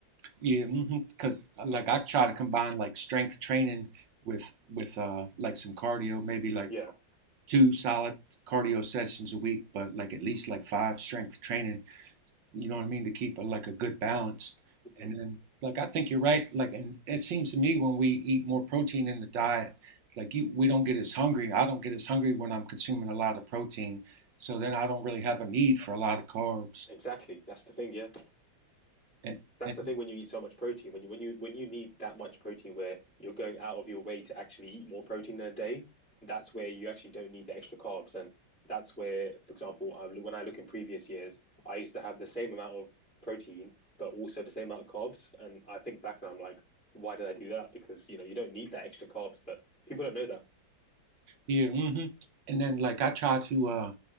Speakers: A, on the right (about 70°); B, in the centre.
A: Yeah, because mm-hmm, like I try to combine like strength training with with uh, like some cardio, maybe like
B: Yeah,
A: two solid cardio sessions a week, but like at least like five strength training you know what I mean, to keep a, like a good balance.
B: mhm.
A: And then, like, I think you're right. Like, and it seems to me when we eat more protein in the diet, like you, we don't get as hungry. I don't get as hungry when I'm consuming a lot of protein. So then I don't really have a need for a lot of carbs.
B: exactly. That's the thing. Yeah,
A: And,
B: that's
A: and
B: the thing. When you eat so much protein, when you when you when you need that much protein, where you're going out of your way to actually eat more protein in a day, that's where you actually don't need the extra carbs. And that's where, for example, um, when I look in previous years, I used to have the same amount of protein, but also the same amount of carbs. And I think back and I'm like, why did I do that? Because you know you don't need that extra carbs, but people don't know that.
A: yeah, hmm and then like I try to, uh,